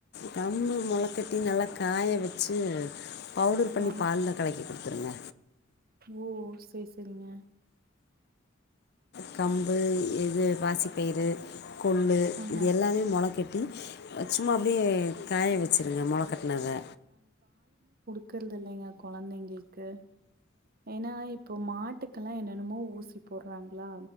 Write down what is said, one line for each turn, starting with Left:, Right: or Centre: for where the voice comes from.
Left: கம்பு மொளக்கட்டி நல்லா காய வெச்சு பவுடர் பண்ணி
Right: ஆ
Left: பால்ல கலக்கி குடுத்துருங்க
Right: ஓ சேர் சேரிங்க
Left: கம்பு எது பாசிப்பயிரு கொல்லு
Right: ஆஹா
Left: இது எல்லாமே மொள கெட் த்து அத் சும்மா அப்டியே காய வெச்சுருங்க மொள கட்னத
Right: இருக்குறது இல்லைங்க கொழந்தைங்களுக்கு ஏன்னா இப்போ மாட்டுக்கெல்லா என்னென்னமோ ஊசி போடுறாங்களா